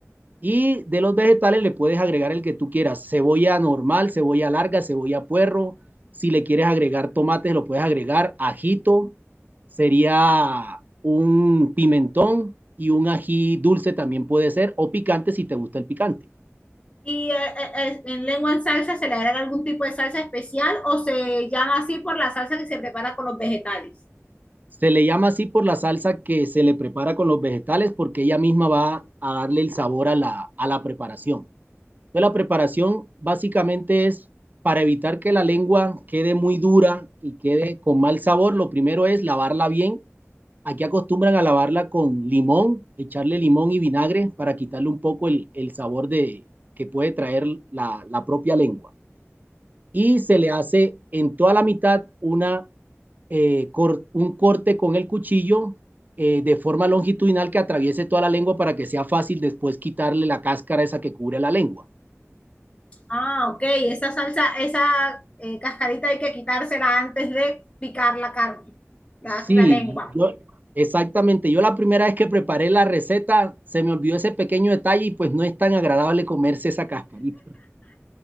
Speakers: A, on the right; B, on the left.
A: Y de los vegetales le puedes agregar el que tú quieras, cebolla normal, cebolla larga, cebolla puerro. Si le quieres agregar tomates, lo puedes agregar. Ajito, sería un pimentón y un ají dulce también puede ser, o picante si te gusta el picante.
B: Y eh, eh, eh, en lengua en salsa se le agrega algún tipo de salsa especial o se llama así por la salsa que se prepara con los vegetales.
A: Se le llama así por la salsa que se le prepara con los vegetales porque ella misma va a darle el sabor a la, a la preparación. Entonces, la preparación básicamente es para evitar que la lengua quede muy dura y quede con mal sabor. Lo primero es lavarla bien. Aquí acostumbran a lavarla con limón, echarle limón y vinagre para quitarle un poco el, el sabor de, que puede traer la, la, propia lengua. Y se le hace en toda la mitad una, eh, cor, un corte con el cuchillo eh, de forma longitudinal que atraviese toda la lengua para que sea fácil después quitarle la cáscara esa que cubre la lengua.
B: Ah, ok, esa salsa, esa eh, cascarita hay que quitársela antes de picar la carne, la,
A: Sí,
B: la lengua.
A: yo, exactamente. Yo la primera vez que preparé la receta se me olvidó ese pequeño detalle y pues no es tan agradable comerse esa cascarita.